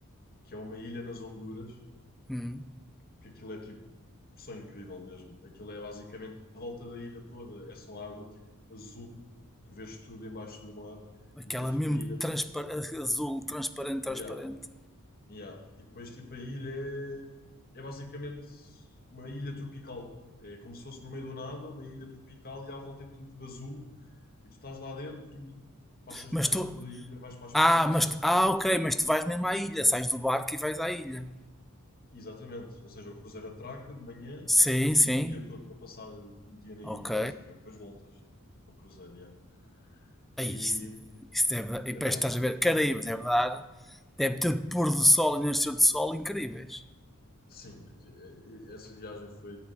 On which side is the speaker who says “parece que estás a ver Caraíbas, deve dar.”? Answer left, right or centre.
Centre